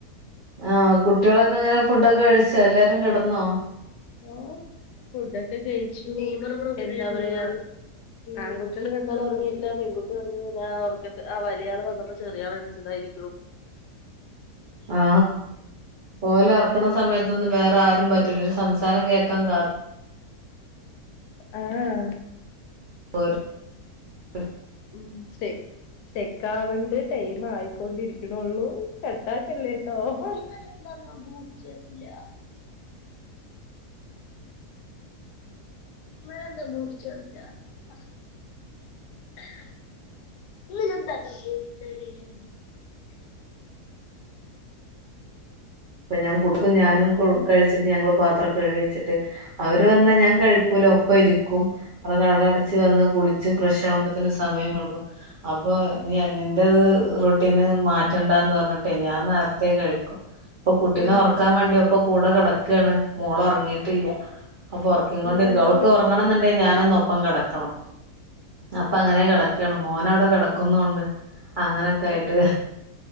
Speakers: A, on the right (about 75°); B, on the left (about 90°).
A: ആഹ് കുട്ടികളൊക്കെ അങ്ങനെ ഫുഡൊക്കെ കഴിച്ച എല്ലാരും കിടന്നോ
B: ആ ഫുഡ് ഒക്കെ കഴിച്ചു. എാ പറയ ആൺകുട്ടികൾ രണ്ടാളും ഒറങ്ങിട്ടില്ലാ പെൺകുട്ടി ഉറങ്ങിയതാ ആ വലിയയാള് വന്നപ്പോ ചെറിയ ആള് മേടിച്ചതായിരിക്ക്ണ്
A: ആ ഓലെ ഒറക്കണ സമയത്തൊന്നും വേറെ ആരും പറ്റില്ല ഒരു സംസാരം കേ കംഗാ
B: ആഹ്
A: <unintelligible>
B: ഉം ശേ ചെക്ക് ആവണ്ട് ടൈമ് ആയിക്കൊണ്ടിരിക്കണള്ളൂ കട്ടാക്കല്ലേട്ടോ <unintelligible> <unintelligible> <unintelligible>
A: അപ്പൊ ഞാൻ കൊടുക്കും ഞാനും കഴിച്ചിട്ട് ഞങ്ങള് പാത്രം കഴുകിവെച്ചിട്ട് അവര് വന്നാ
B: ആഹ്
A: ഞാൻ കഴിക്കൂല ഒപ്പം ഇരിക്കും അവരടെ കട അടച്ച് വന്ന് കുളിച്ച് ഫ്രഷ് ആകുമ്പോത്തന്ന് സമയംടുക്കും അപ്പൊ നിന്റെ റുട്ടീന് മാറ്റണ്ടാന്ന് പറഞ്ഞിട്ടേ ഞാൻ നേരത്തെ കഴി ക്കും അപ്പൊ കുട്ടിനെ
B: ആഹ്
A: ഉറക്കാൻ വേണ്ടിയപ്പൊ കൂടെ കിടക്കയാണ് മോള് ഉറങ്ങിയിട്ടില്ല അപ്പൾ ഉറക്കി കൊണ്ടിരിക്കും
B: മോൾക്ക് ആഹ്
A: അവൾക്ക് ഉറങ്ങണം എന്നുണ്ടെ ഞാനൊന്നു ഒപ്പം കിടക്കണം അപ്പൊ അങ്ങനെ കിടക്കാണ് മോന് അവിടെ കിടക്കുന്നുണ്ട് അങ്ങനെയൊക്കെ ആയിട്ട്
B: ആഹ്